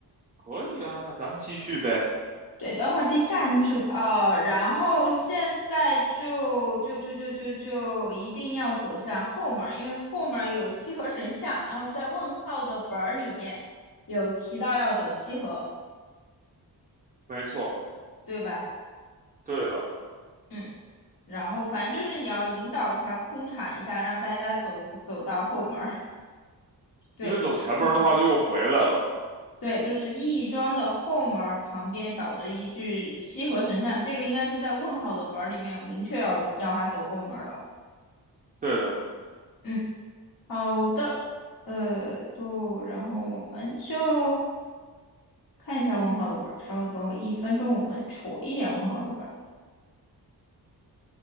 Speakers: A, on the right (about 25°); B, on the left (about 60°).
A: 可以啊，那咱们继续呗。
B: 对，等会儿第下一幕是呃，然后现在就就就就就就一定要走向后门，因为后门有西河神像，然后在问号的本儿里面有提到要走西河，
A: 没错，
B: 对吧？
A: 对的，
B: 嗯。然后反正就是你要引导一下，空场一下，让大家走走到后门儿。<laughs> 对，
A: 因为走前门儿的话就又回来了。
B: 后，对，就是义庄的后门儿旁边倒着一具西河神像，这个应该是在问号的本儿里面有明确要要他走后门儿的。
A: 对的，
B: 嗯，好的，呃，对，然后我们就看一下问号的本儿，稍微等我一分钟，我们瞅一眼问号的本儿。